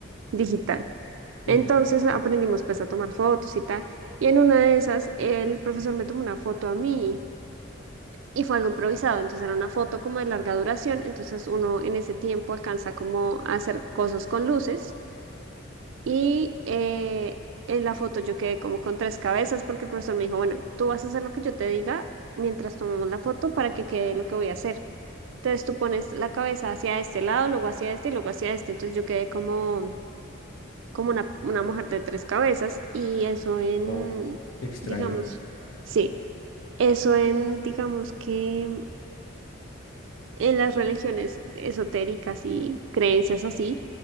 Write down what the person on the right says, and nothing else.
digital.
Entonces aprendimos pues a tomar fotos y tal. Y en una de esas, el profesor me tomó una foto a mí y fue algo improvisado. Entonces era una foto como de larga duración. Entonces uno en ese tiempo alcanza como a hacer cosas con luces. Y eh, en la foto yo quedé como con tres cabezas porque el profesor me dijo, bueno, tú vas a hacer lo que yo te diga mientras tomamos la foto para que quede lo que voy a hacer. Entonces tú pones la cabeza hacia este lado, luego hacia este y luego hacia este. Entonces yo quedé como, como una, una mujer de tres cabezas y eso en,
digamos, sí, eso en, digamos que en las religiones esotéricas y creencias así,